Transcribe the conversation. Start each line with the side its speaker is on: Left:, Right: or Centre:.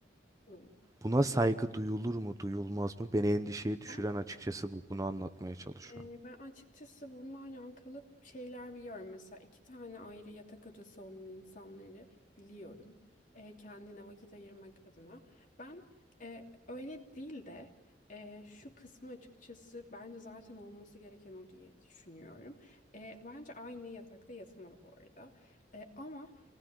Left: Hı.
Right: Buna saygı duyulur mu, duyulmaz mı? Beni endişeye düşüren
Left: Ben
Right: açıkçası bu. Bunu anlatmaya çalışıyorum.
Left: Ee, Ben açıkçası bununla alakalı şeyler biliyorum. Mesela iki tane ayrı yatak odası olan insanları biliyorum. Ee, kendine vakit ayırmak adına. Ben e, öyle değil de e, şu kısmı açıkçası bence zaten olması gereken o diye düşünüyorum. E, bence aynı yatakta yatılmalı bu arada. E, ama